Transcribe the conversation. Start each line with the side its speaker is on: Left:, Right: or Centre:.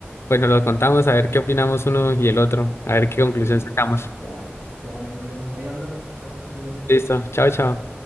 Left: pues nos lo contamos, a ver qué opinamos uno y el otro, a ver qué conclusión
Right: Sí,
Left: sacamos.
Right: ya, sí, ya no hay problema. Ahí hablamos. Chao, cuídate.
Left: Listo, chao, chao.